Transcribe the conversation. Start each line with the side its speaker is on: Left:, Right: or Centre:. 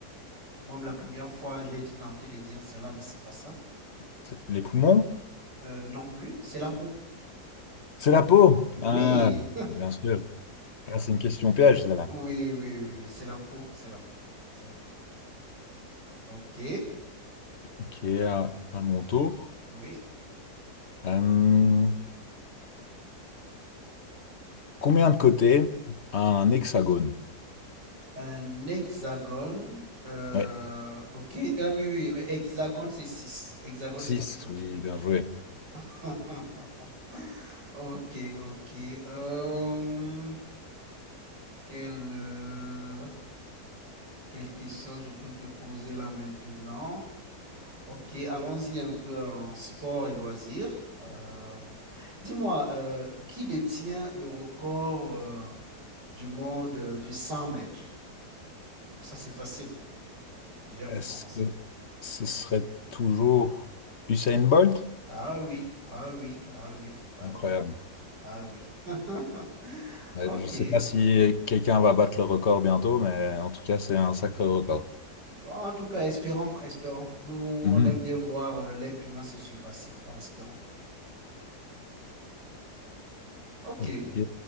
Right: Moi, la première fois, j'ai été tenté de dire cela, mais c'est pas ça.
Left: C'est- Les poumons?
Right: Euh, non plus, c'est la peau.
Left: C'est la peau!
Right: Oui,
Left: Ah, bien sûr. Là, c'est une question piège,
Right: <laughs>
Left: celle-là.
Right: oui, oui, oui, oui, c'est la peau, c'est la peau, c'est la peau. Ok,
Left: Ok, à, à mon tour.
Right: oui.
Left: Hum, combien de côtés a un hexagone?
Right: Un hexagone. euh,
Left: Ouais.
Right: ok, ah oui, oui, hexagone, c'est six. Hexagone,
Left: 6,
Right: c'est six côtés.
Left: oui, bien
Right: Oui.
Left: joué.
Right: <laughs> Ok, ok. Euh, quelle, euh, quelle question je peux te poser là maintenant? Ok, allons-y un peu en sport et loisirs. Euh, dis-moi, euh, qui détient le record euh, du monde euh, du 100 mètres? Ça, c'est facile, déjà pour
Left: Est-ce
Right: commencer.
Left: que ce serait toujours Usain Bolt?
Right: Ah oui, ah oui, ah oui, ah
Left: Incroyable.
Right: oui, ah oui. <laughs>
Left: Ouais,
Right: Ok,
Left: je ne sais pas si quelqu'un va battre le record bientôt, mais en tout cas, c'est un sacré record.
Right: Bon, en tout cas, espérons, espérons. Nous, on
Left: Mhm.
Right: aime bien voir euh, l'être humain se surpasser. Donc, espérons. OK,
Left: Ok.